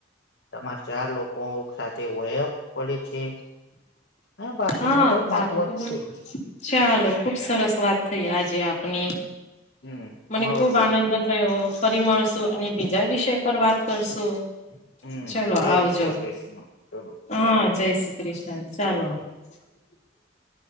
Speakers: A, on the left; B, on the left.
A: તમારે ચાર લોકો સાથે વય પડે છે. બાકીનું
B: હા
A: તો
B: સારું
A: મહત્વ
B: કીધું.
A: છે જ
B: ચાલો ખુબ સરસ વાત થઈ આજે આપની
A: હમ
B: મને
A: મળો
B: ખુબ
A: તો
B: આનંદ થયો ફરી મળશું અને બીજા વિષય પર વાત કરશું.
A: હમ
B: ચલો
A: જય
B: આવજો
A: શ્રી કૃષ્ણ ચલો
B: હા જય શ્રી કૃષ્ણ ચાલો. <inaudible>